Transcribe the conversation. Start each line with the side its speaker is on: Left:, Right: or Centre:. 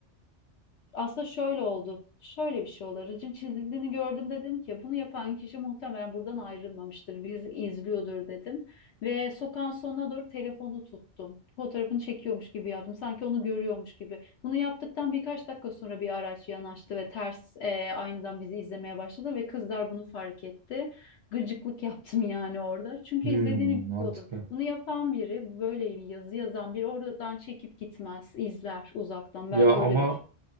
Left: aslında şöyle oldu. Şöyle bir şey oldu. Aracın çizildiğini gördüm dedim ki bunu yapan kişi muhtemelen buradan ayrılmamıştır. Bizi izliyordur dedim. Ve sokağın sonuna doğru telefonu tuttum. Fotoğrafını çekiyormuş gibi yaptım. Sanki onu görüyormuş gibi. Bunu yaptıktan birkaç dakika sonra bir araç yanaştı ve ters e, aynadan bizi izlemeye başladı ve kızlar bunu fark etti. Gıcıklık yaptım yani orada. Çünkü
Right: Hmm,
Left: izlediğini
Right: mantıklı.
Left: biliyordum. Bunu yapan biri, böyle bir yazı yazan biri oradan çekip gitmez, izler uzaktan.
Right: Ya
Left: Ben öyle
Right: ama
Left: düşünüyorum.